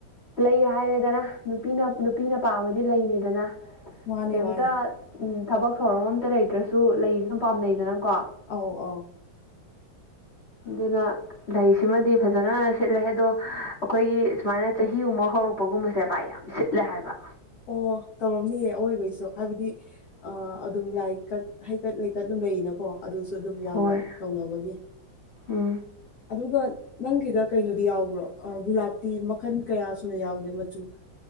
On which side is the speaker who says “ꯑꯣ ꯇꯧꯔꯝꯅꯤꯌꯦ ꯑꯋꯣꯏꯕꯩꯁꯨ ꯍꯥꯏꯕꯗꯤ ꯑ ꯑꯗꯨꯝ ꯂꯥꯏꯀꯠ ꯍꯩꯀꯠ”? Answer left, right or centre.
Left